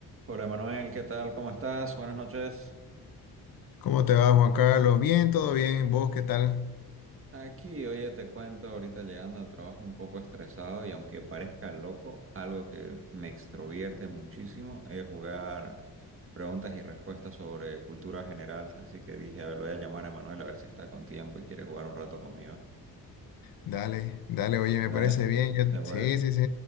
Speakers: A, on the right (about 35°); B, on the left (about 70°).
A: Hola Manuel, ¿qué tal? ¿Cómo estás? Buenas noches.
B: ¿Cómo te va, Juan Carlos? Bien, todo bien. ¿Vos qué tal?
A: Aquí, oye, te cuento, ahorita llegando al trabajo un poco estresado y aunque parezca loco, algo que me extrovierte muchísimo es jugar preguntas y respuestas sobre cultura general. Así que dije, a ver, lo voy a llamar a Manuel a ver si está con tiempo y quiere jugar un rato conmigo.
B: Dale, dale, oye, me
A: Dale,
B: parece bien. Yo...
A: ¿te parece?
B: Sí, sí, sí.